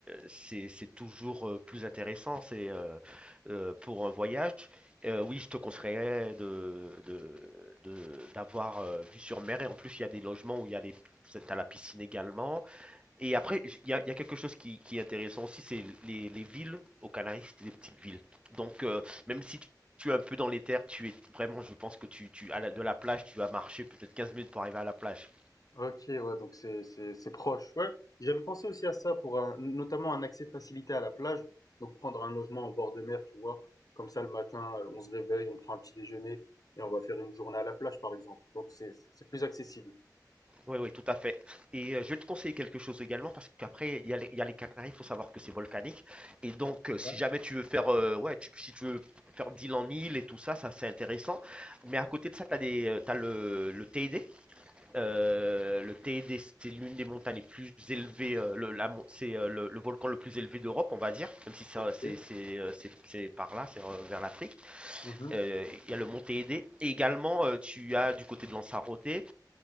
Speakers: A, on the right; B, on the left.
A: c'est- c'est toujours euh, plus intéressant. C'est euh, euh, pour un voyage. Euh, oui, je te conseillerais de, de- de- d'avoir euh, vue sur mer. Et en plus, il y a des logements où il y a les, t'as la piscine également. Et après, j- il y a, il y a quelque chose qui, qui est intéressant aussi, c'est les, les villes aux Canaries, c'est des petites villes. Donc, euh, même si tu, tu es un peu dans les terres, tu es vraiment, je pense que tu, tu à la- de la plage, tu vas marcher peut-être 15 minutes pour arriver à la plage.
B: Ok, ouais, donc c'est c'est c'est proche. Ouais, j'avais pensé aussi à ça pour un, notamment un accès facilité à la plage, donc prendre un logement en bord de mer, tu vois, comme ça le matin, euh, on se réveille, on prend un petit déjeuner et on va faire une journée à la plage, par exemple. Donc c'est c'est plus accessible.
A: Oui, oui, tout à fait. Et euh, je vais te conseiller quelque chose également parce qu'après, il y a les, il y a les Canaries, il faut savoir que c'est volcanique. Et donc, euh, si
B: Ouais.
A: jamais tu veux faire, euh, ouais, tu- si tu veux faire d'île en île et tout ça, ça c'est intéressant. Mais à côté de ça, tu as des, euh, t'as le, le TED. Euh, le TED, c'est l'une des montagnes les plus élevées, euh, le, la mon- c'est euh, le, le volcan le plus élevé d'Europe, on va dire, même si ça-
B: Ok.
A: c'est c'est, euh, c'est- c'est par là, c'est euh, vers l'Afrique.
B: mhm.
A: Euh, Il y a le mont Téhédé. Et également, euh, tu as du côté de Lanzarote.